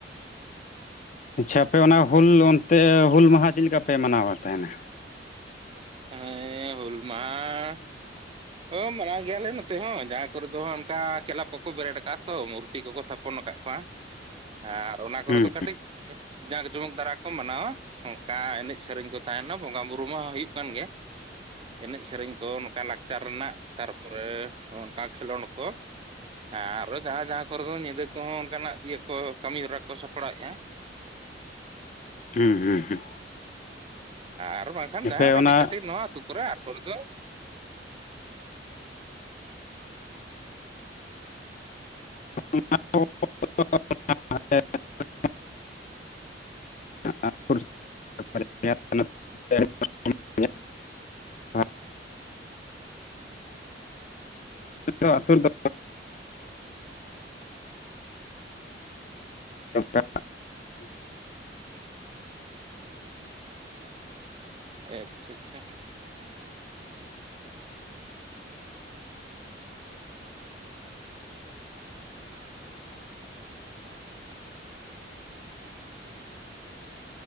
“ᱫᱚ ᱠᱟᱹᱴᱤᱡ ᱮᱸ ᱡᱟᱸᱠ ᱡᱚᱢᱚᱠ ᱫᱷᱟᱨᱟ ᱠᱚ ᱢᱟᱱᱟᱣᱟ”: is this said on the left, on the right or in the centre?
Right